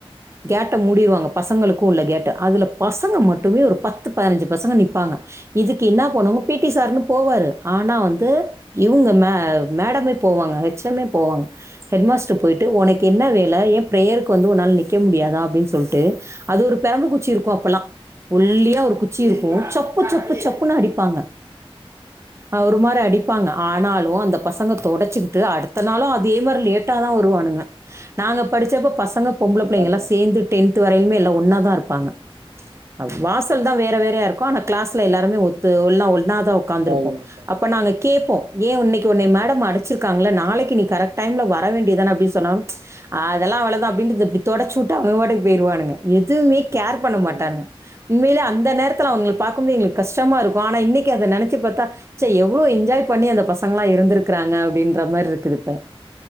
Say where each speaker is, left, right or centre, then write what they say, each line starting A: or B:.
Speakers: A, on the right; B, on the right.
A: கேட்ட மூடிருவாங்க பசங்களுக்கு இல்ல கேட்ட அதுல பசங்க மட்டுமே ஒரு பத்து பதினஞ்சு பசங்க நிப்பாங்க இதுக்கு என்ன போனுங்க பீட்டி சாருன்னு போவாரு ஆனா வந்து இவங்க மே மேடமே போவாங்க ஹெச் ச மே போவாங்க ஹெட் மாஸ்டர் போயிட்டு உனக்கு என்ன வேல ஏ பிரேயருக்கு வந்து உன்னால் நாள் நிக்க மு முடியாதா அப்டின் சொல்ட்டு அது ஒரு பெரம்பு குச்சி இருக்கு அப்பல்லா ஒல்லாயா ஒரு குச்சி இருக்கு சப்பு சப்பு சப்புன்னு அடிப்பாங்க அ ஒரு மாரி அடிப்பாங்க ஆனாலு‌ அந்த பசங்க தொடச்சுக்கிட்டு அடுத்த நாளு அதே மாரி லேட்டதா வருவானுங்க நாங்க படுச்சப்போ பசங்க
B: கண்டிப்பா
A: பொம்பள புள்ளைக எல்லா
B: தோழி
A: டென்த்து வரையிலுமே எல்லா ஒன்னாதா இருப்பாங்க. ஆ வாசல்தா வேற வேறயா இருக்கு ஆனா கிளாஸ்ல எல்லாருமே ஒத்து எல்லா ஒண்ணா தா உக்காந்துருப்போ
B: சரிங்க தோழி
A: அப்ப நாங்க கேப்போ ஏ உன்னைக்கி உன்னய மேடம் அடிச்சிருக்காங்கல்ல நாளைக்கி நீ கரெக்ட் டைம்ல வர வேண்டியதான அப்டின்னு சொன்னாலு அதல்லா அவ்ளதா அப்டின்ட்டு இந்த இப்டி தொடச்சு விட் டு அவங்க பாட்டுக்கு போயிருவானுங்க எதுவுமே கேர் பண்ண
B: சரிங்க
A: மாட்டாங்க உண்மையிலே அந்த நேரத்துல அவங்கள பாக்கும்போது எங்களுக்கு கஷ்டமா இருக்கும ஆனா இன்னைக்கி அத நெனைச்சு பாத்தா ச்சே எவ்ளோ என்ஜாய் பண்ணி அந்த பசங்கல்லா இருந்திருக்கிறாங்க அப்டின்ற மாரி இருக்குது இப்ப